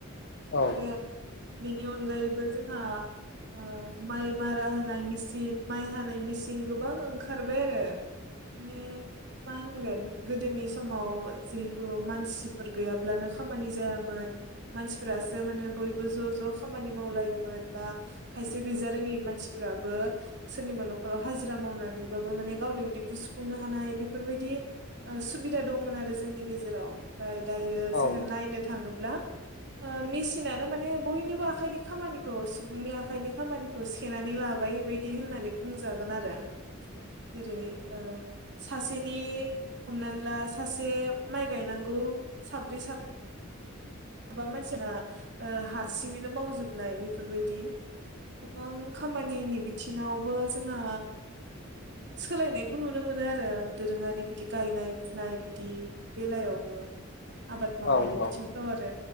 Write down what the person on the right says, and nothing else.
आरो बेनि अनगायैबो जोंहा, ओ माइ मारा होनाय मेचिन माइ हानाय मेचिन दिन गोबां ओंखारबाय आरो माने मा होनगोन, गोदोनि समाव जिहेथु मानसिफोर गैयाब्लानो खामानि जायामोन, मानसिफोरासो माने बयबो ज' ज' खामानि मावलायोमोन बा, खायसे गैजा रोङि मानसिफोराबो सोरनिबा न'ख ओ हाजिरा मावना देरबाबो माने गावनि उदैखौ सुफुंनो हानाय बेफोरबायदि ओ सुबिदा दंमोन आरो जोंनि गेजेराव ओमफ्राय दायो जोङो
नायनो थाङोब्ला, ओ मेचिनानो माने बयनिबो आखाइनि खामानिखौ सुबुंनि आखाइनि खामानिखौ सोननानै लाबाय, बे बायदि होननानै बुंजागोन आरो जेरै ओ सासेनि हमनानै ला सासे माइ गायनांगौ साब्रै साब साबा मानसिना हारसिङैनो मावजोबनाय बेफोरबायदि गोबां खामानिनि बिथिङावबो जोंहा सोलायनायखौ नुनो मोनो आरो दोरोङारि बिदि गायनाय फुनाय बिदि बेलायावबो, आबाद मावनायनि
बिथिंफ्राव आरो